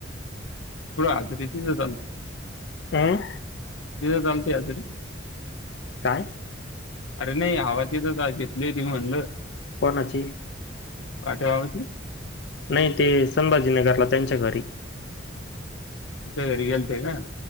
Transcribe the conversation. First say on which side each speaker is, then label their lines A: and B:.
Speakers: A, on the left; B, on the left.
A: करं हाजरी ती तर जस
B: हम्म
A: ह तत यारी
B: काय
A: अरे नाही हवा तिथं घेतली ती म्हणलं
B: कोणाची?
A: पाठवावती.
B: नाय ते संभाजीनगरला त्यांच्या घरी
A: घरी गेलते का.